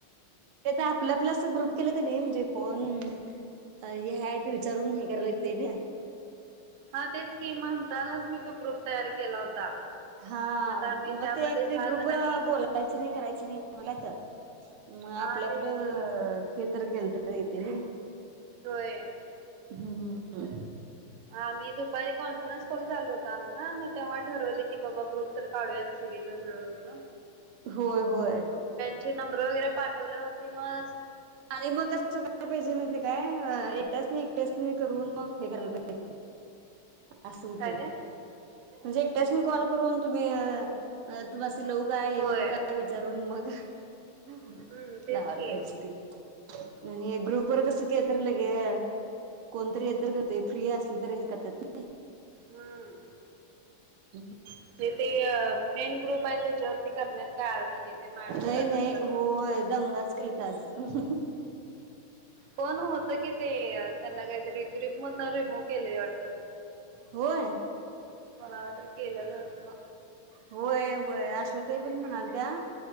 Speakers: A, on the right; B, on the right.
A: ते तर आपलं आपलं असं ग्रुप केलं का नाही म्हणजे कोण अ हे हय ते विचारून हे करायला लागते ना
B: हा तेच की म्हणतानाच मी तो ग्रुप तयार केला होता
A: हा
B: म्हणजे आता आम्ही
A: मग
B: त्यामध्ये
A: ते
B: सहा
A: ग्रुप
B: जणांनी
A: बोलायचं नाही करायचं नाही मलाच मग
B: हा
A: आपलं आपलं
B: तेच की
A: हे तर केलं तर येते ना
B: होय
A: हम् हम्मम्
B: ह मी त एक कॉन्फरन्स कॉल झालला होता आमचा मग तेव्हा ठरवलं की बाबा ग्रुप तर काढूयात सगळी जण मिळून बणून
A: होय होय
B: ची नंब्र वगैरे पाठवल्यावरती म
A: आणि मग कं काय पाहिजे म्हण
B: केलं.
A: काय एकट्यास नाही एकट्या करून मग हे करायला पाहि असडते
B: काय ते
A: म्हणजे एकट्याच म कॉल करून तुम्ही बस लव काय हे
B: होय
A: करू का विचारून मग ह
B: हम्म तेच
A: लावायला
B: की
A: पाहिजे ती आणि ग्रुप वर कस के तर लगे कोणतरी हे तर कर फ्री असल तर हे करतात नाही
B: हम्म
A: ह
B: ज ते मेन ग्रुप आहे त्याच्यावरती करण्यात काय अर्थ नाही त्या मॅडम
A: नाही
B: दंगाच
A: नाही
B: करतात
A: हो
B: ना.
A: दंगाच केली तरज
B: पण होत कि ते त्यांना काहीतरी ग्री मण ना रिमूव केलेली वाटत
A: होय.
B: मलाला तरी केलं वाटतं
A: होय होय अश्वतााई पण म्हणाल त्या